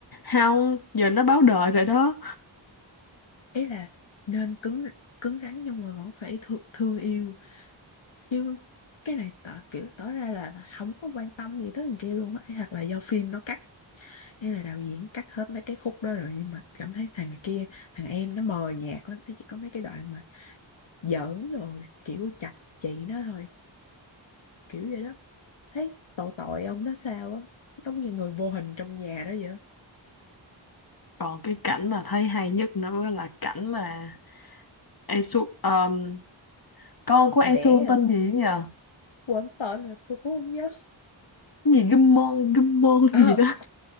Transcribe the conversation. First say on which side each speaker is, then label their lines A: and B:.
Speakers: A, on the left; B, on the left.
A: không giờ nó báo đời rồi đó
B: ý là nên cứng cứng rắn nhưng mà vẫn phải thương, thương yêu chứ cái này tỏ kiểu tỏ ra là không có quan tâm gì tới thằng kia luôn á hoặc là do phim nó cắt hay là đạo diễn cắt hết mấy cái khúc đó rồi nhưng mà cảm thấy thằng này kia thằng em nó mờ nhạt lắm nó chỉ có mấy cái đoạn mà giỡn rồi kiểu chọc chị nó thôi kiểu vậy đó thấy tội tội ông nó sao á giống như người vô hình trong nhà đó vậy
A: còn cái cảnh mà thấy hay nhất nữa là cảnh mà Esu um, con của
B: đi
A: Esu
B: đẻ à
A: tên gì ấy nhờ
B: quên tên rồi tôi cũng không nhớ
A: Cái gì Gummon Gummon
B: à,
A: gì đó